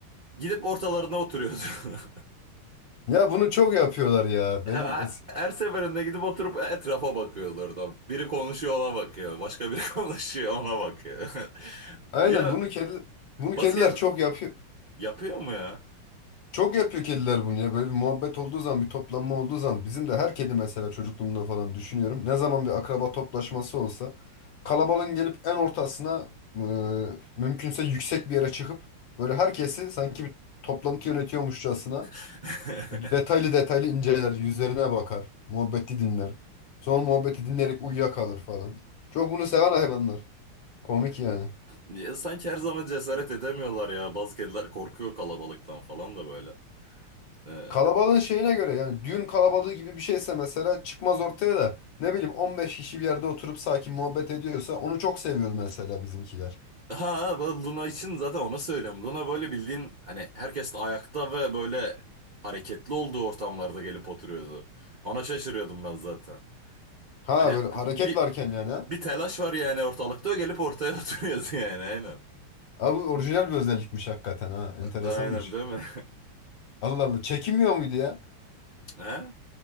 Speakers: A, on the right; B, on the left.
A: Gidip ortalarına oturuyordu. <laughs>
B: Ya bunu çok yapıyorlar ya. Benim
A: Her
B: es-
A: her seferinde gidip oturup etrafa bakıyordu orada. Biri konuşuyor ona bakıyor başka biri <laughs> konuşuyor ona bakıyor. <laughs>
B: Aynen
A: Ya
B: bunu kedi bunu
A: basket
B: kediler çok yapıyor.
A: yapıyor mu ya?
B: Çok yapıyor kediler bunu ya. Böyle bir muhabbet olduğu zaman, bir toplanma olduğu zaman bizim de her kedi mesela çocukluğumda falan düşünüyorum. Ne zaman bir akraba toplaşması olsa kalabalığın gelip en ortasına e, mümkünse yüksek bir yere çıkıp böyle herkesi sanki bir toplantı yönetiyormuşçasına
A: <laughs>
B: detaylı detaylı inceler, yüzlerine bakar, muhabbeti dinler. Sonra muhabbeti dinleyerek uyuyakalır falan. Çok bunu seven hayvanlar. Komik yani.
A: Niye sanki her zaman cesaret edemiyorlar ya. Bazı kediler korkuyor kalabalıktan falan da böyle. Ee,
B: Kalabalığın şeyine göre yani düğün kalabalığı gibi bir şeyse mesela çıkmaz ortaya da ne bileyim 15 kişi bir yerde oturup sakin muhabbet ediyorsa onu çok seviyor mesela bizimkiler.
A: ha bu Luna için zaten onu söylüyorum. Luna böyle bildiğin hani herkes de ayakta ve böyle hareketli olduğu ortamlarda gelip oturuyordu. Ona şaşırıyordum ben zaten.
B: Ha
A: Hani
B: böyle hareket
A: bir
B: varken yani ha.
A: bir telaş var yani ortalıkta o gelip ortaya <laughs> oturuyordu yani aynen.
B: Abi orijinal bir özellikmiş hakikaten ha. Enteresanmış.
A: Aynen değil mi?
B: Allah Allah. Çekinmiyor muydu ya?
A: <laughs> He?